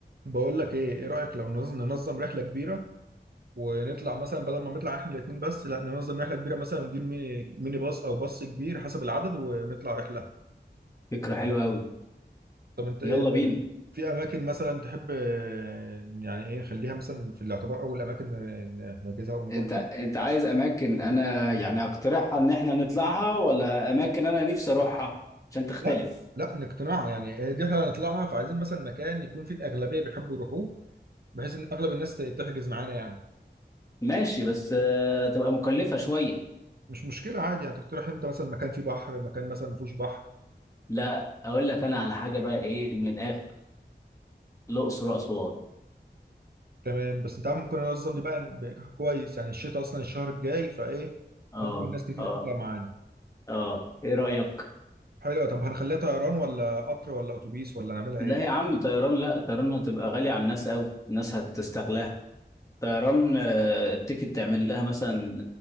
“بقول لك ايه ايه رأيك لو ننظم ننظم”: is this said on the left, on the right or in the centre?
Right